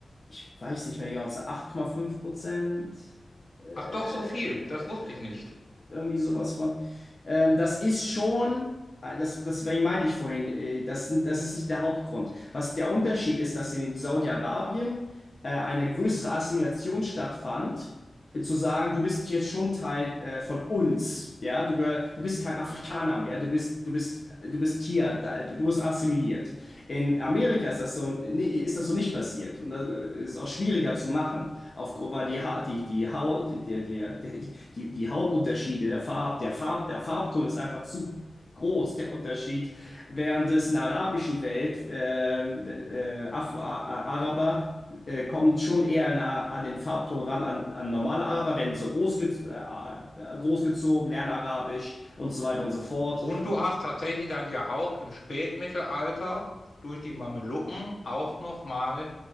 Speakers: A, on the left (about 40°); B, on the left (about 65°).
A: ich weiß nicht mehr genau, es sind 8,5 Prozent, äh,
B: Ach doch, so viel, das wusste ich nicht.
A: irgendwie sowas von. Ähm, das ist schon, äh, das, deswegen meinte ich vorhin, äh, das, sind- das ist nicht der Hauptgrund. Was der Unterschied ist, dass in Saudi-Arabien äh, eine größere Assimilation stattfand, äh, zu sagen, du bist jetzt schon Teil äh, von uns, ja, du gehör, du bist kein Afrikaner mehr, du bist, du bist, du bist hier, da, du wirst assimiliert. In Amerika ist das so, nee, ist das so nicht passiert. Und das äh, ist auch schwieriger zu machen, aufgrund, weil die, ha die, die Haut, die, der, der, der, die, die Hautunterschiede, der Farb, der Farb, der Farbton ist einfach zu groß, der Unterschied. Während es in der arabischen Welt, ähm, äh, Afro-Araber, äh, kommen schon eher nah an den Farbton ran, an, an normale Araber, werden so großge äh, äh, großgezogen, lernen Arabisch und so weiter und so fort.
B: Und du hast tatsächlich dann ja auch im Spätmittelalter durch die Mamelucken auch nochmal